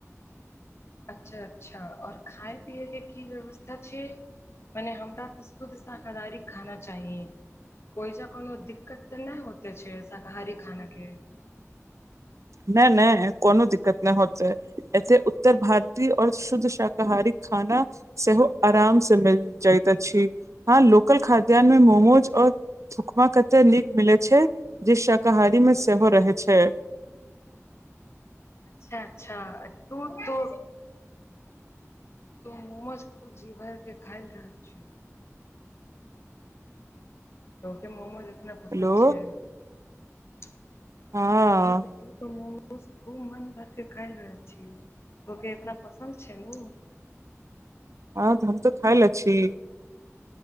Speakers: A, on the left (about 55°); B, on the right (about 70°).
A: अच्छा अच्छा आऔर खाय पियए के की व्यवस्था छै मने हमरा तऽ शुद्द शकाहारी खाना चाहि ओहिजा कोनो दिक्कत तऽ नहि होते छै शाकाहारी खाना के
B: नहि नहि कोनो दिक्कत नहि होतै एते ओतय भारतीय और शुद्ध शाकाहारी खाना सेहो आराम से मिल जाइत अछि हँ लोकल खाद्यानमे मोमोज आओर थुकमा कते नीक मिलैत छै जे शाकाहारी मे सेहो रहै छै
A: अच्छा अच्छा तू तो तो मोमोज खुब जी भर के खायल रहल छै लोग के मोमोज इतना
B: हेलो
A: पसन्द छै कहा
B: हँ
A: <unintelligible> न तू तऽ म बस खूब मन भर के खल रहे छीय तो के इतना पसन्द छै ने उ
B: हँ हम तऽ खाय ल छी